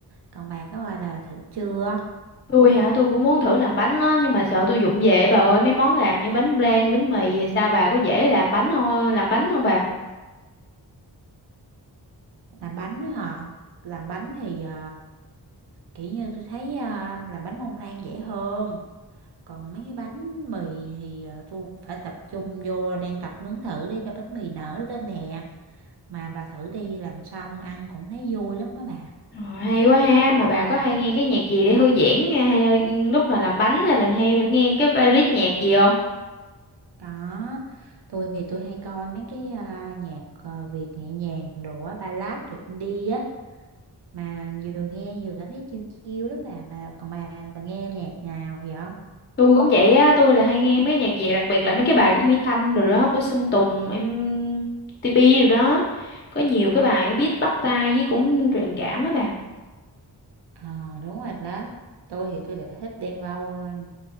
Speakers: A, on the right; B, on the left.
A: Còn bà có bao giờ thử chưa?
B: Tôi hả, tôi cũng muốn thử làm bánh á, nhưng mà sợ tôi vụng về bà ơi, mấy món làm như bánh flan, bánh mì, sao bà có dễ làm bánh thôi, làm bánh không bà?
A: Làm bánh đó hả? Làm bánh thì ờ, kiểu như tôi thấy ờ, làm bánh mông lan dễ hơn. Còn mấy cái bánh mì thì ờ, tôi phải tập trung vô đang tập nướng thử để cho bánh mì nở lên nè. Mà bà thử đi làm xong ăn cũng thấy vui lắm á bà.
B: Ờ, hay quá ha, mà bà có hay nghe cái nhạc gì để thư giãn hay là ừ, lúc mà làm bánh hay là hay nghe cái playlist nhạc gì không?
A: Đó, tôi thì tôi hay coi mấy cái à, nhạc à, Việt nhẹ nhàng đồ á, ballad rồi indie á mà vừa nghe vừa cảm thấy chill chill lắm bà mà còn bà bà nghe nhạc nào vậy?
B: tôi cũng vậy á tôi là hay nghe mấy nhạc Việt đặc biệt là mấy cái bài của Mỹ Tâm rồi đó của Sơn Tùng em TP rồi đó có nhiều cái bài biết bắt tai với cũng truyền cảm á bà
A: Ờ đúng rồi đó. Tôi thì tôi lại thích Đen Vâu hơn.